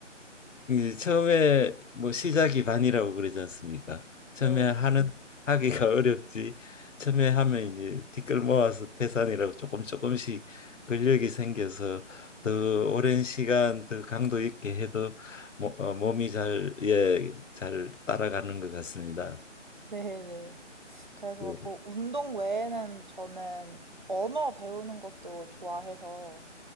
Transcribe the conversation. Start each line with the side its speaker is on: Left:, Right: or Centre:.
Left: 예, 처음에 뭐 시작이 반이라고 그러지 않습니까? 처음에
Right: 네,
Left: 하는 음. 하기가 <laughs> 어렵지. 처음에 하면 이제 티끌 모아서 태산이라고 조금 조금씩 근력이 생겨서 더 오랜 시간 더 강도 있게 해도 모, 어, 몸이 잘, 예, 잘 따라가는 것 같습니다.
Right: 네, 네. 그래서
Left: 예.
Right: 뭐 운동 외에는 저는 언어 배우는 것도 좋아해서